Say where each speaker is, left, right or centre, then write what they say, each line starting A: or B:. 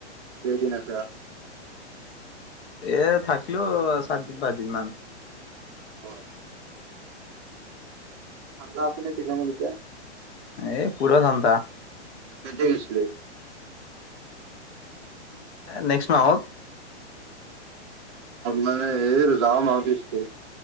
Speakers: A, on the right (about 25°); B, on the left (about 65°).
A: সেইদিনা আছে
B: এ থাকিলো সাতদিন পাঁচদিন মান
A: হয় ঠাণ্ডা আছে নে শ্বিলঙত এতিয়া?
B: এই পুৰা থান্তা
A: কেতিয়া গৈছিলি
B: নেক্স মাহত
A: মানে এই যাম আৰু পিছ